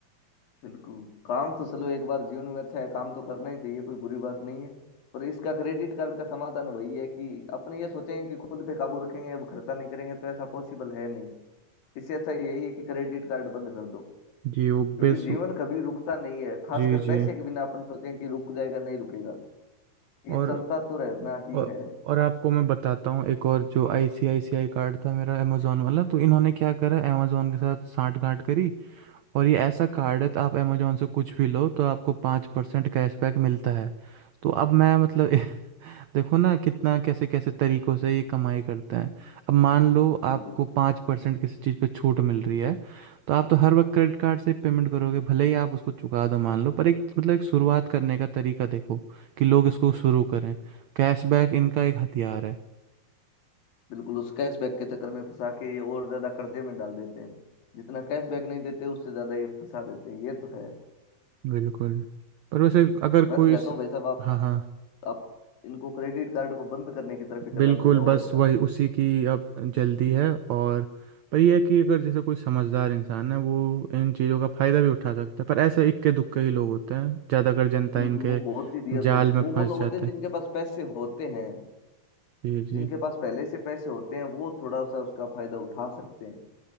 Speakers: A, on the left; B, on the right.
A: बिल्कुल काम तो चलो एक बार जीवन में अच्छा है काम तो करना ही चाहिए कोई बुरी बात नहीं है पर इसका क्रेडिट कार्ड का समाधान वही है कि अपने ये सोचें कि खुद पे काबू रखेंगे अब खर्चा नहीं करेंगे तो ऐसा पॉसिबल है नहीं इससे अच्छा यही है कि क्रेडिट कार्ड बंद कर दो
B: जी वो
A: क्योंकि
B: बेस
A: जीवन कभी रुकता नहीं है खासकर
B: जी
A: पैसे
B: जी
A: के बिना अपन सोचें कि रुक जाएगा नहीं रुकेगा
B: और
A: ये चलता तो रहना ही
B: और,
A: है
B: और आपको मैं बताता हूँ एक और जो आईसीआईसीआई कार्ड था मेरा अमेजोन वाला तो इन्होंने क्या करा अमेजोन के साथ सांठ गांठ करी और ये ऐसा कार्ड है तो आप अमेजोन से कुछ भी लो तो आपको पाँच परसेंट कैशबैक मिलता है तो अब मैं मतलब <laughs> देखो ना कितना कैसे कैसे तरीकों से ये कमाई करते हैं अब मान लो आपको
A: बिल्कुल
B: पाँच परसेंट किसी चीज़ पे छूट मिल रही है तो आप तो हर वक्त क्रेडिट कार्ड से पेमेंट करोगे भले ही आप उसको चुका दो मान लो पर एक मतलब एक शुरुआत करने का तरीका देखो कि लोग इसको शुरू करें कैशबैक इनका एक हथियार है
A: बिल्कुल उस कैशबैक के चक्कर में फंसा के ये और ज्यादा कर्जे में डाल देते हैं जितना कैशबैक नहीं देते उससे ज्यादा ये फंसा देते हैं ये तो है
B: बिल्कुल पर
A: बिल्कुल
B: वैसे अगर
A: मैं
B: कोई
A: तो कहता
B: इस
A: हूँ भाई साहब आप
B: हाँ हाँ
A: आप इनको क्रेडिट कार्ड को बंद करने की तरफ ही
B: बिल्कुल
A: कदम बढ़ाओ
B: बस
A: अपना
B: वही उसी की अब जल्दी है और पर यह है कि अगर जैसे कोई समझदार इंसान है वो इन चीज़ों का फ़ायदा भी उठा सकता है पर ऐसे इक्के दुक्के ही लोग होते हैं ज़्यादातर जनता
A: बिल्कुल
B: इनके
A: वो बहुत ही रियर
B: जाल
A: लोग
B: में
A: वो वो
B: फंस
A: लोग होते
B: जाते
A: हैं जिनके
B: हैं
A: पास पैसे होते हैं
B: जी जी
A: जिनके पास पहले से पैसे होते हैं वो थोड़ा सा उसका फायदा उठा सकते हैं